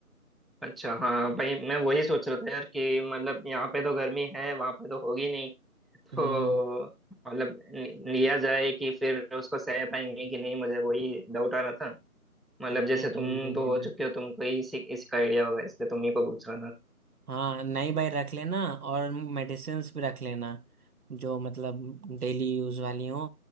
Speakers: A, in the centre; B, on the right (about 75°).
A: अच्छा हाँ भाई मैं वही सोच रहा था यार कि मतलब यहाँ पे तो गर्मी है वहां पे तो होगी नहीं तो
B: हम्म
A: मतलब लि- लिया जाए कि फिर उसको सह पाएंगे कि नहीं मुझे वही डाउट आ रहा था मतलब
B: नहीं
A: जैसे तुम
B: नहीं ले
A: तो
B: लेना
A: हो चुके हो तुमको ही इसी इसका आइडिया होगा इसलिए तुम ही को पूछ रहा था
B: हाँ नहीं भाई रख लेना और मेडिसिन्स भी रख लेना जो मतलब डेली यूज वाली हो